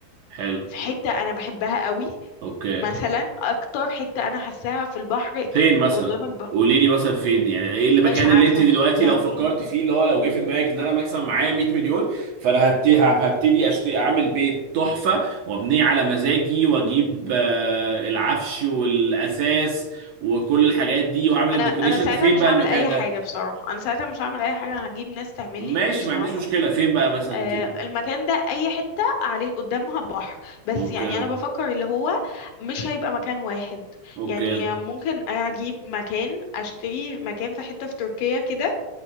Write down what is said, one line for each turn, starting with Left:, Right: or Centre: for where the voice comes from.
Right: حلو
Left: في حتة انا بحبها قوي
Right: اوكي
Left: مثلا اكتر حتة انا حاساها في البحر
Right: فين
Left: إيه،
Right: مثلا
Left: قدام البحر
Right: قولي لي مثلا فين يعني ايه المكان
Left: مش عارفة
Right: اللي انت دلوقتي
Left: يعني
Right: لو فكرت فيه اللي هو لو جه في دماغك ان انا مثلا معايا 100 مليون فانا هبتدي هبتدي اشتري اعمل بيت تحفه وابنيه على مزاجي واجيب آه، العفش والاساس وكل الحاجات دي واعمل
Left: ما
Right: الديكوريشن
Left: انا انا ساعتها
Right: فين
Left: مش
Right: بقى
Left: هعمل
Right: المكان
Left: اي
Right: ده
Left: حاجة بصراحة انا ساعتها مش هعمل اي حاجة انا هجيب ناس تعمل
Right: ماشي
Left: لي بصراحة
Right: ما عنديش مشكلة فين بقى مثلا
Left: آه المكان ده اي حتة عليه قدامها بحر بس
Right: اوكي
Left: يعني انا بفكر اللي هو مش هيبقى مكان واحد
Right: اوكي
Left: يعني ممكن اجيب مكان اشتري مكان في حتة في تركيا كده